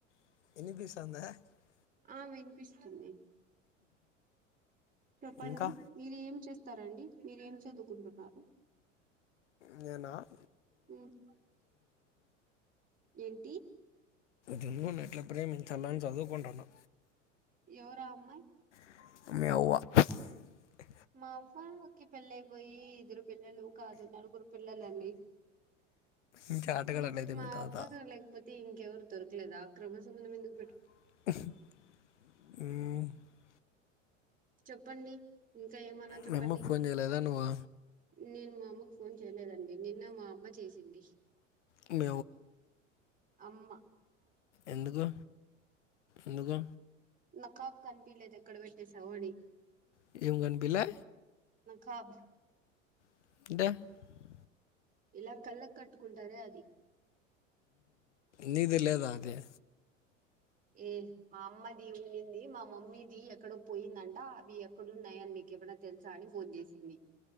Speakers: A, on the left; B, on the right.
A: <inaudible>
B: ఆ వినిపిస్తుంది చెప్పండి
A: ఇంకా
B: మీరు ఏం చేస్ స్తారండి మీరేం చదువుకుంటున్నారు
A: నేనా <inaudible>
B: ఉమ్ ఏంటి
A: జన్న ఎట్లా ప్రేమించాల అని చదువుకుంటున్నా
B: ఎవరా అమ్మాయి
A: <unintelligible>
B: మాపకి పళ్లయి పోయి ఇద్దరు పిల్లలు కాదు నలుగురు పిల్లలు అం
A: ఇంకా ఆటగాడట్లయితే
B: మీకు మా
A: మీ తాత
B: అవ్వగా లేకపోతే ఇంకా ఎవరుొరుకలేదు ఆ క్రమ సంబంధం ఎందు
A: ఈ
B: చెప్పండి ఇకా ఏ మనా చప్పట్డి
A: మీ అమ్మకు ఫోన్ చేయలేదా నువ్వు
B: నేను మా అమ్మకు ఫోన్ చేయలేదండి నిన్న మా అమ్మ చేసింది
A: మ
B: అమా
A: ఎందుకు ఎందుకు
B: నకాబ్ కనిపిపీలేద అక్కడ పెట్టేసావని
A: మీఅమ్మని పిలే
B: కాప్
A: <unintelligible>
B: ఇలా కళ్ళ కట్టుకుంటారే అది
A: నీది లేదా అదే
B: ఏ మా అమ్మది ఉండింది మా మమ్మీది ఎక్కడో పోయిందంట అవి ఎక్కడున్నాయని మీకు ఏమై తెలుసా అని ఫోన్ చేసింది